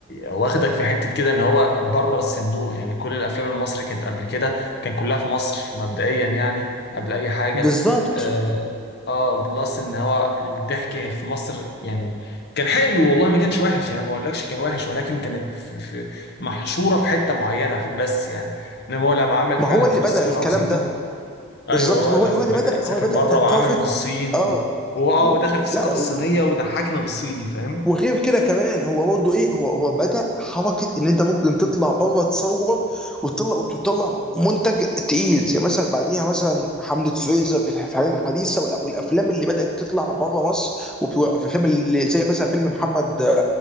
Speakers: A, on the left; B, in the centre.
A: واخدك في حتة كده ان هو بره الصندوق يعني كل الافلام المصري كانت قبل كده كان كلها في مصر مبدئيا يعني قبل اي حاجة
B: بالظبط
A: اه آه، بلس ان هو الضحك في مصر يعني كان حلو والله ما كانش وحش يعني ما بقولكش كان وحش ولكن كانت في في محشورة في حتة معينة ف- بس يعني انما هو لما عمل
B: ما
A: فعلا
B: هو اللي
A: فول
B: بدأ
A: الصين
B: الكلام
A: العظيم
B: ده
A: ده
B: بالظبط
A: ايوه هو
B: هو
A: لما
B: اللي هو اللي
A: بدأ
B: بدأ
A: يسافر
B: هو اللي بدأ
A: بره
B: ثقافه
A: وعمله في الصين
B: اه
A: واه
B: و...
A: ودخل في الثقافة
B: لا
A: الصينية وضحكنا بالصيني فاهم
B: وغير كده كمان هو برضه ايه هو هو بدأ حركه ان انت ممكن تطلع بره تصور وتطلع وتطلع منتج تقيل زي مثلا بعديها مثلا حمله فريزر في الح- في الحاجات الحديثه والأ- والافلام اللي بدأت تطلع بره مصر وفي فيلم اللي زي مثلا فيلم محمد